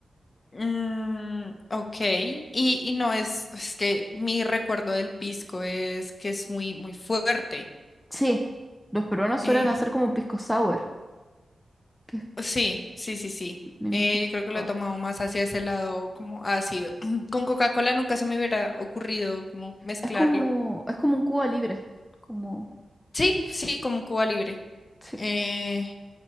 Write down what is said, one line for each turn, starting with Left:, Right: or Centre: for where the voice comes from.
Left: Mm, ok, y, y no es, es que mi recuerdo del pisco es que es muy, muy fuerte.
Centre: Sí, los peruanos
Left: Eh,
Centre: suelen hacer como pisco sour, que es-
Left: sí, sí, sí, sí.
Centre: me imagino
Left: Eh, yo creo
Centre: que probaste.
Left: que lo he tomado más hacia ese lado como ácido. <clears throat> Con Coca-Cola nunca se me hubiera ocurrido como mezclarlo.
Centre: Es como, es como un Cuba libre. Como,
Left: Sí, sí, como Cuba Libre.
Centre: sí.
Left: Eh,